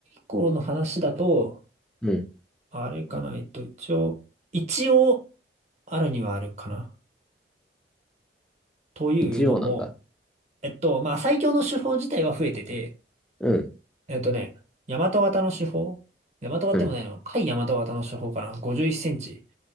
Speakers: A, on the right; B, in the centre.
A: 降の話だと、
B: うん。
A: あれかな、えっと、一応、一応、あるにはあるかな。というのも、
B: 一応なんだ。
A: えっと、まあ、最強の手法自体は増えてて、
B: うん。
A: えっとね、大和型の手法大和型でもないの甲斐大和型の手法かな
B: うん。
A: ?51 センチ